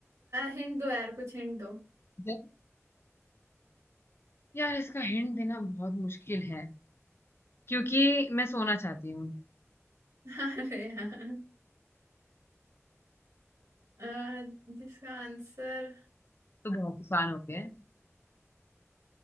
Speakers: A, on the right; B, on the left.
A: हिंट दो यार कुछ हिंट दो
B: ज- यार इसका हिंट देना बहुत मुश्किल है क्योंकि मैं सोना चाहती हूँ
A: <laughs> अरे यार अ, जिसका आंसर
B: तो बहुत आसान हो गया है